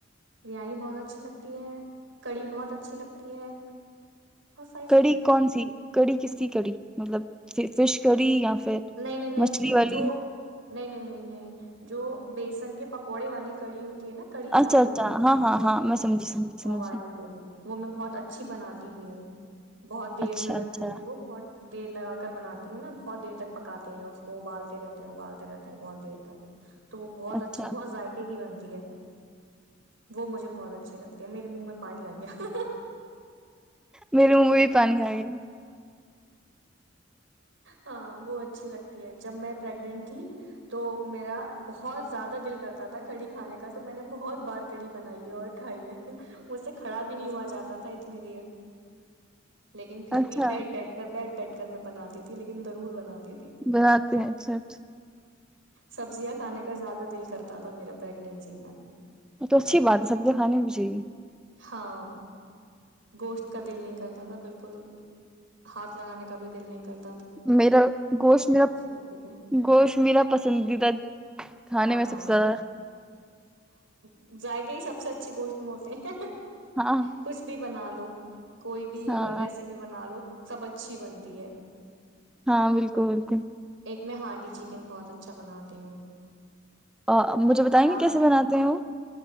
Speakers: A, on the right; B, in the centre.
A: بریانی بہت اچھی لگتی ہے کڑی بہت اچھی لگتی ہے بہت ساری چیزیں
B: کڑی کون سی کڑی کس س کڑی مطلب فش کڑی یا پھر
A: نہیں نہیں نہیں
B: مچھلی والی
A: جو نہیں نہیں نہیں نہیں جو بیسن کے پکوڑے والی کڑی ہوتی نا کڑی
B: اچھا
A: چاول
B: اچھا
A: جو
B: ہاں ہاں
A: ہوتے
B: ہاں میں
A: ہیں
B: سمجھی سمجھی
A: وہ
B: سمجھی
A: والی کڑی وہ میں بہت اچھی بناتی تی بھی ہ بہت دیر
B: اچھا
A: میں بنتی
B: اچھا
A: ہے وہ بہت دیر لگات کر بناتی ہوں نا بہت دیر تک پکاتے ہیں اس کو ابالتے رہتے ہیں ابالتے رہتے ہیں بہت دیر تک تو وہ بہت
B: اچھا
A: اچھی بہت ذق کی بنتی وہ مجھے بہت اچھی لگتی ہے میرے منہ میں پانی آ گیا
B: میرے منہ میں بھی پانی آ گیا
A: ہاں وہ اچھی لگتی ہے جب میں پریگننٹ تھی تو میرا بہت زیادہ دل کرتا تھا کڑی کھانے کا تو میں نے بہت بار کڑی بنائی ہے اور کھائی ہے مجھ سے کھڑا بھی نہیں ہوا جاتا تھا اتنی دیر لیکن پھر
B: اچھا
A: بھی بیٹھ بیٹھ کر بیٹھ بیٹھ کر میں بنی تھی لیکن ضور بنی ہ
B: بناتے ہیں اچھا اچھا
A: سبزیاں کھانے کا زیادہ دل کر تھا میرا پریگنینسی میں
B: ا تو اچھی بات ہے سبزیاں کھانی بھی چاہیے
A: ہاں گوشت کا دل نہیں کرتا تھا بالکل ہاتھ لگانے کا بھی د لیں کرتے
B: میرا گوشت میرا
A: لگتی تھیں
B: گوشت میرا پسندیدہ کھانے
A: کھانا
B: میں سب سے زیادہ
A: ائقہ ہی سب سے اچھی گوشت ہوتے ہیں
B: ہاں
A: کچھ بھی بنا لو دو کوئی بھی
B: ہاں
A: ریسیپی بنا لو سب اچھی بنتی مھ دیا
B: ہاں بالکل بالکل
A: ایک میں ہانڈی چکن بہت اچھا بناتی ہوں
B: آ، مجھے بتائیں گے
A: آپ
B: کیسے بناتے ہیں وہ